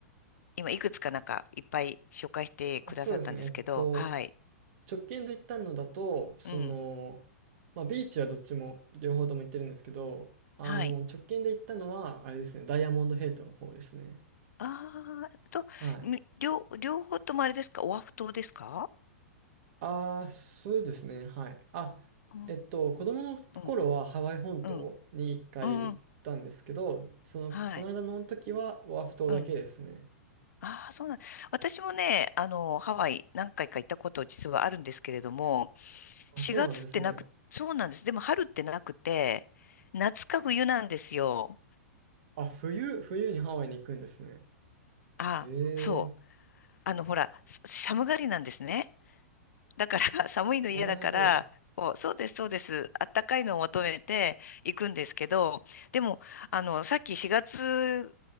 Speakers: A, on the left; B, on the right.
A: 今いくつかなんかいっぱい紹介してくださったんですけど、
B: あ、そうですね。えっと、
A: はい。
B: 直近で行ったのだと、その、
A: うん。
B: まあ、ビーチはどっちも、両方とも行ってるんですけど、あの、
A: はい。
B: 直近で行ったのは、あれですね、ダイヤモンドヘイトの方ですね。
A: ああ、と、
B: はい。
A: み両、両方ともあれですかオアフ島ですか
B: ああ、そうですね、はい。あ、
A: うん、
B: えっと、子供の頃はハワイ本島に一回行ったんですけど、
A: うん、うん、うんうん。
B: その、
A: はい。
B: この間の時はオアフ島だけですね。
A: うん。ああ、そうなん。私もね、あの、ハワイ何回か行ったこと実はあるんですけれども、
B: あ、
A: 4月ってなく、
B: そうなんですね。
A: そうなんです。でも春ってなくて、夏か冬なんですよ。
B: あ、冬、冬にハワイに行くんですね。
A: ああ、
B: ええ、
A: そう。あの、ほら、さ寒がりなんですね。だから <laughs> 寒いの嫌だから、
B: なるほど。
A: こう、そうです、そうです。あったかいのを求めて行くんですけど、でも、あの、さっき4月、